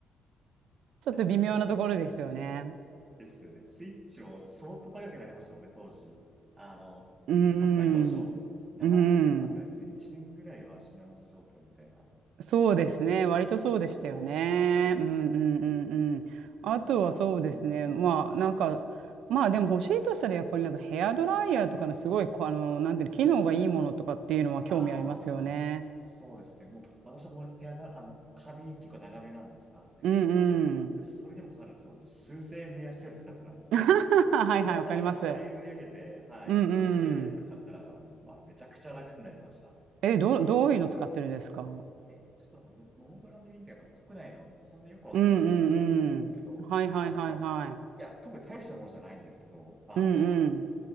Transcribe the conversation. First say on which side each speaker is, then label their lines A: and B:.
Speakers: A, on the right; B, on the right.
A: <laughs> ちょっと微妙なところですよね。
B: や、スイチですよね。スイッチも相当高くなりましたもんね、当時。あの、
A: うーん、
B: 発売当初。
A: う
B: なかなか買えなかったですね。
A: ーん、
B: 1年ぐらいは品薄状況みたいな。
A: そうですね。割とそうでしたよね。
B: そう。
A: うんうんうんうん。あとはそうですね。
B: でも、うん。
A: まあなんか、まあでも欲しいとしたらやっぱりなんかヘアドライヤーとかのすごいこう、あの、なんていうの、機能がいいものとかっていうのは興味ありますよね。
B: ああ、そうですね。もう、私も部屋が、あの、髪結構長めなんです、男性にしては。
A: うんうん。
B: で、それにもかかわらず、数千円の安いやつ買ってたんですけど、
A: <laughs> はいはい、
B: ちょっとたまたま人から譲り受けて、
A: わかります。
B: はい、
A: うん
B: 女性用のやつ買ったら、
A: うん。
B: うんまあ、めちゃくちゃ楽になりました。
A: え、ど、どういうの使ってるんですか
B: え、ちょっとあの、モモブランドンってやっぱ国内の、そんなよくわからないメーカーのやつだったんですけど、
A: うんうんうん。はいはいはいはい。
B: あやっぱ、いや、特に大したものじゃないんですけど、あの、
A: うんうん。